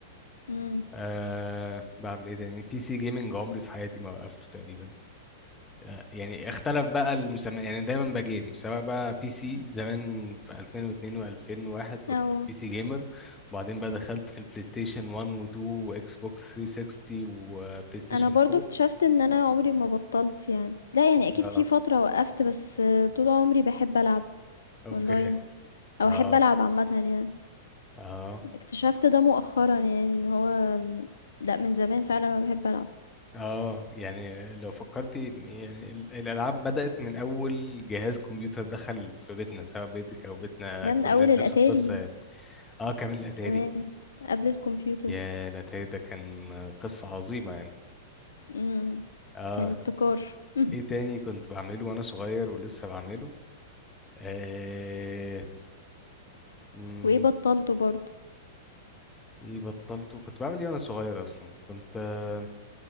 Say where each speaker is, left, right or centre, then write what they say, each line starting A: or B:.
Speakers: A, on the left; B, on the left.
A: امم
B: أه بعمل ايه تاني بي سي جيمنج عمري في حياتي ما وقفته تقريبا آه، يعني اختلف بقى المسمى يعني دايما بجيم سواء بقى بي سي زمان في 2002 و2001 كنت
A: او
B: بي سي جيمر وبعدين بقى دخلت في البلاي ستيشن 1 و2 واكس بوكس 360 وبلاي ستيشن
A: أنا برضه
B: 4
A: اكتشفت إن أنا عمري ما بطّلت يعني، لأ يعني أكيد
B: اه
A: في فترة وقّفت، بس طول عمري باحب ألعب
B: اوكي
A: online أو
B: اه
A: أحب ألعب عامةً يعني،
B: اه
A: اكتشفت ده مؤخرًا يعني إن هو م لأ من زمان فعلًا وأنا باحب ألعب،
B: اه يعني لو فكرتي يعني ال- الالعاب بدأت من اول جهاز كمبيوتر دخل في بيتنا سواء بيتك او بيتنا
A: ده
B: كلنا
A: من أول الأتاري
B: نفس القصة يعني اه كمان الاتاري
A: كمان قبل الكمبيوتر،
B: يا الاتاري ده كان قصة عظيمة يعني
A: إمم،
B: اه
A: كان ابتكار <laughs>
B: ايه تاني كنت بعمله وانا صغير ولسه بعمله آه... مم،
A: وإيه بطّلته برضه،
B: ايه بطلته كنت بعمل ايه وانا صغير اصلا كنت آه،